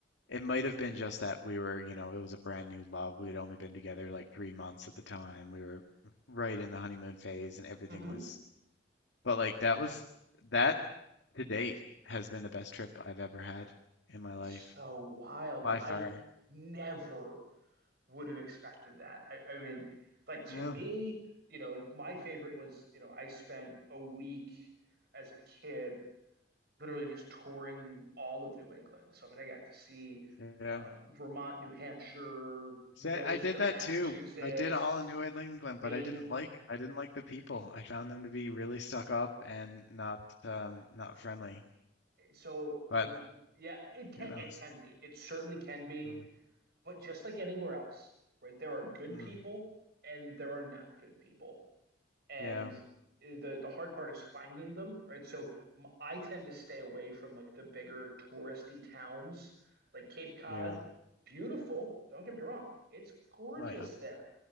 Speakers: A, on the left; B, on the right.
A: it might have been just that we were you know it was a brand new love we had only been together like 3 months at the time we were right in the honeymoon phase and everything
B: hmm
A: was but like that was that to date has been the best trip I've ever had in my
B: That's
A: life
B: so wild.
A: by
B: Like I
A: far
B: never would have expected that. I, I mean, like to
A: yeah
B: me, you know, like my favorite was, you know, I spent a week as a kid literally just touring all of New England. So, I mean, I got to see
A: yeah
B: um, Vermont, New Hampshire,
A: See,
B: most
A: I I did
B: of
A: that
B: Massachusetts,
A: too. I did all in New England,
B: Maine.
A: but I didn't like I didn't like the people. I found them to be really stuck up and not um, not friendly.
B: So
A: But
B: the yeah, it can
A: who knows?
B: it can be. It certainly can be,
A: Mm,
B: but just like anywhere else, right? There are good
A: mhm.
B: people and there are not good people. and
A: Yeah,
B: eh, the the hard part is finding them, right? So m- I tend to stay away from like the bigger touristy towns, like Cape Cod.
A: yeah.
B: Beautiful, don't get me wrong. It's gorgeous
A: Oh yeah,
B: there.